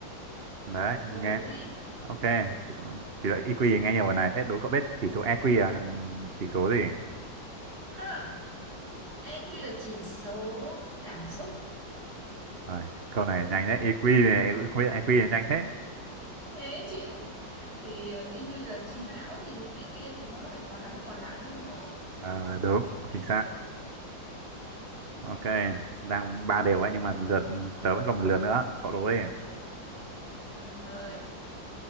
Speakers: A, on the right (about 40°); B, on the right (about 55°).
A: đấy
B: Rồi
A: nghe
B: đố đi.
A: ok chỉ số chỉ số EQ thì nghe nhiều rồi này thế đố cậu biết chỉ số EQ là ừm, chỉ số gì
B: Ha! EQ là chỉ số cảm xúc
A: rồi câu này nhanh đấy i EQ này em cũng không biết EQ này nhanh thế
B: ế chuyện thì EQ là trí não thì cái kia thì nó lại còn là cái còn lại nữa đúng không
A: Ờ, đúng
B: ừ.
A: chính xác ok đang ba đều
B: yeah.
A: ấy nhưng mà lượt tớ vẫn còn một lượt nữa cậu đố đi
B: Đấy là tôi